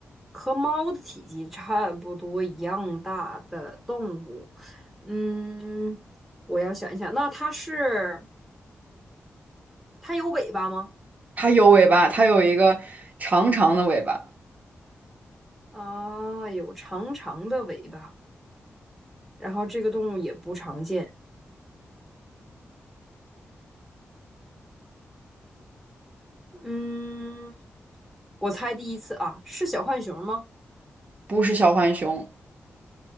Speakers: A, in the centre; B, on the right.
A: 和猫的体积差不多一样大的动物，嗯，我要想一想，那它是它有尾巴吗？
B: 它有尾巴，它有一个长长的尾巴，
A: 啊，有长长的尾巴，然后这个动物也不常见。嗯，我猜第一次啊，是小浣熊吗？
B: 不是小浣熊，